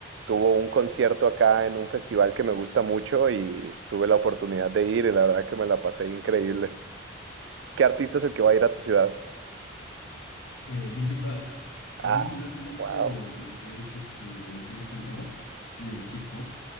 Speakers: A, on the right; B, on the left.
A: tuvo un concierto acá en un festival que me gusta mucho y tuve la oportunidad de ir y la verdad que me la pasé increíble. ¿Qué artista es el que va a ir a tu ciudad?
B: Eh, Linkin Park. A
A: Ah,
B: mí me late mucho
A: wow.
B: lo que es este, lo que es el rock y el hip hop.